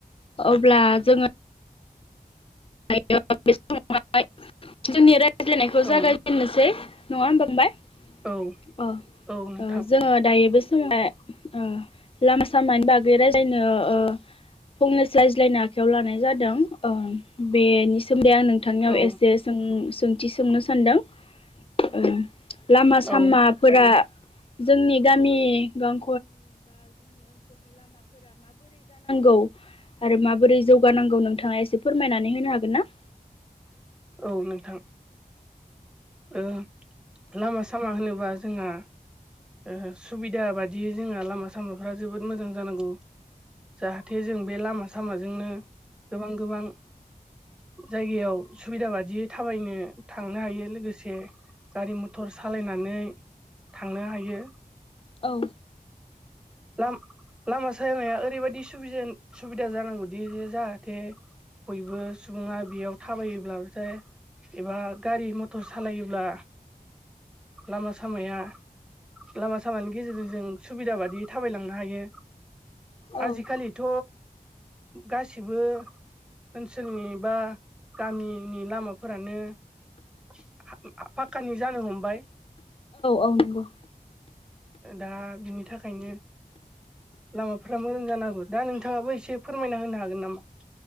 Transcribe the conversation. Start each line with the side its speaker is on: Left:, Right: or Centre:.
Left: अब्ला जोङो <unintelligible> बे समाव जोंनि रायज्लायनायखौ
Centre: औ
Left: जागायजेननोसै नङा होमबा <unintelligible>
Centre: औ
Left: अ ओ
Centre: औ नोंथां
Left: जोङो दायोबो <unintelligible> लामा सामानि बाग बे राय ज्लायनो ओ फंनैसो ज्लायनो आखायाव लानाय जादों ओ बेनि सोमोन्दै आं नोंथांनियाव
Centre: औ
Left: एसे सों सों थि सोंनो सानदों ओ लामा सामाफोरा
Centre: औ
Left: जोंनि गामि गं औ आरो माबोरै जौगानांगौ नोंथाङा एसे फोरमायनानै होनो हागोन ना
Centre: औ नोंथां ओ लामा सामा होनोबा जोंहा ओ सुबिदा बादि जोंहा लामा सामाफ्रा जोबोद मोजां जानांगौ जाहाथे जों बे लामा सामाजोंनो गोबां गोबां जायगायाव सुबिदा बादियै थाबायनो थांनो हायो लोगोसे गारि मथर सालायनानै थांनो हायो
Left: औ
Centre: लाम लामा सामाया ओरैबायदि सुबिजान सुबिदा जानांगौदि जाहाथे बयबो सुबुङा बेयाव थाबायोब्लाथाय एबा गारि मथर सालायोब्ला लामा सामाया लामा सामानि गेजेरजों जों सुबिदा बादि थाबायलांनो हायो
Left: औ
Centre: आजिखालिथ' गासिबो ओनसोलनि बा गामिनि लामाफोरानो <unintelligible> पाक्कानि जानो हमबाय
Left: औ नंगौ
Centre: दा बिनि थाखायनो लामाफोरा मोजां जानांगौ दा नोंथाङाबो एसे फोरमायना होनो हागोन नामा